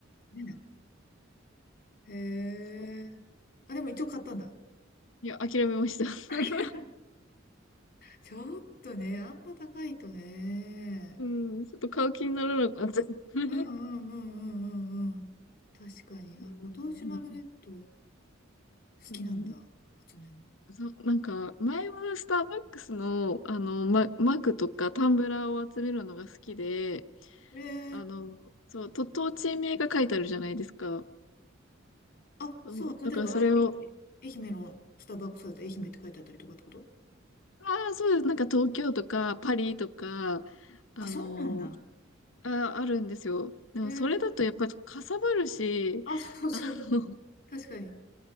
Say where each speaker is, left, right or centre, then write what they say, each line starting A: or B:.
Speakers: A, on the left; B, on the left.
A: ね。へー
B: そう
A: あ、でも一応買ったんだ。
B: いや、諦めました。
A: <laughs> ちょっとね、あんま高いとね。
B: うん、ちょっと買う気にならなかった。<laughs> う
A: うんうんうんうんうんうん。確かに。あ、
B: ん
A: ご当地マグネット好
B: うんうん、
A: きなんだ。
B: うん
A: 集めるの。
B: そう、なんか、前はスターバックスの、あの、マ、マグとかタンブラーを集めるのが好きで、
A: ええ
B: あの、そう、と、と地名が書いてあるじゃないですか。
A: あ、
B: そう、
A: そう、
B: だからそれを、
A: 例えば、愛媛愛媛のスターバックスだと愛媛って書いてあったりとかってこと
B: ああ、そうです。なんか東京とかパリとか、あの、
A: あ、そうなんだ。
B: あ、あるんですよ。でもそれだとやっぱりかさばるし、
A: ええあ、そうそう。
B: あの、
A: 確かに。